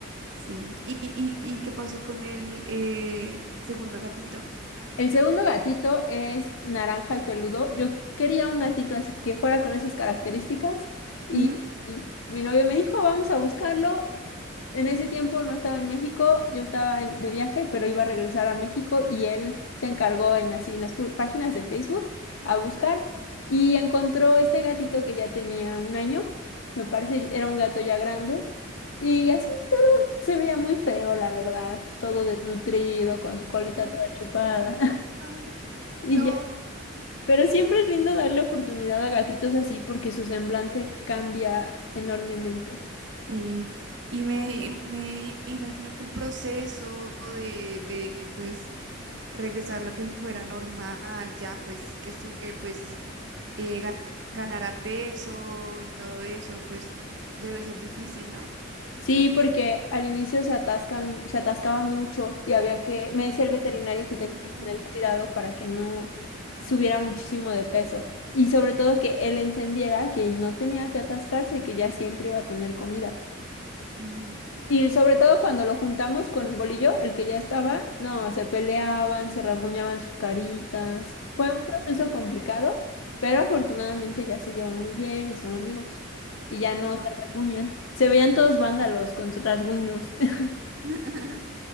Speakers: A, on the right; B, on the left.
A: Sí. ¿Y, y, y qué pasó con el eh, segundo gatito?
B: El segundo gatito es naranja y peludo. Yo quería un gatito así que fuera con esas características y,
A: Ujú.
B: y mi novio me dijo, vamos a buscarlo. En ese tiempo no estaba en México, yo estaba en- de viaje, pero iba a regresar a México y él se encargó en, así, en las pu- páginas de Facebook a buscar y encontró este gatito que ya tenía un año, me parece era un gato ya grande y así todo se veía muy feo, la verdad, todo desnutrido, con su colita
A: Ah,
B: toda chupada.
A: Ay,
B: Y
A: no.
B: ya. Pero siempre es lindo darle oportunidad a gatitos así porque su semblante cambia enormemente.
A: Sí, y me, me imagino que el proceso de, de pues regresar lo que fuera normal, ya pues que su que pues eh, gan- ganara peso y todo eso, pues debe ser difícil, no
B: Sí, porque al inicio se atascan, se atascaba mucho y había que, me decía el veterinario que tenía
A: Ay.
B: que tener cuidado para que no subiera muchísimo de peso y sobre todo que él entendiera que no tenía que atascarse y que ya siempre iba a tener comida.
A: Ujú.
B: Y sobre todo cuando lo juntamos con Bolillo, el que ya estaba, no, se peleaban, se rasguñaban sus caritas.
A: Mm.
B: Fue un proceso complicado, pero afortunadamente ya se llevan muy bien y son amigos. Y ya no se
A: Ah.
B: rasguñan. Se veían todos vándalos con sus rasguños. <laughs>
A: <laughs>